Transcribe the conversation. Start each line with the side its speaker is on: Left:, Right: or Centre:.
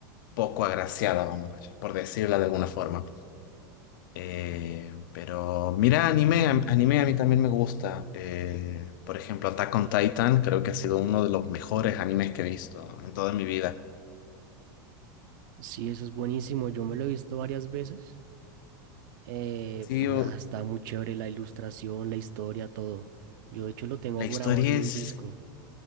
Left: poco agraciadas, vamos, por decirla de alguna forma. Eh, pero mira, anime, a- anime a mí también me gusta. Eh, por ejemplo, Attack on Titan creo que ha sido uno de los mejores animes que he visto en toda mi vida.
Right: Sí, eso es buenísimo, yo me lo he visto varias veces. Eh,
Left: Sí,
Right: pues
Left: o-
Right: nada, está muy chévere la ilustración, la historia, todo. Yo de hecho lo tengo
Left: la historia
Right: grabado en
Left: es
Right: un disco.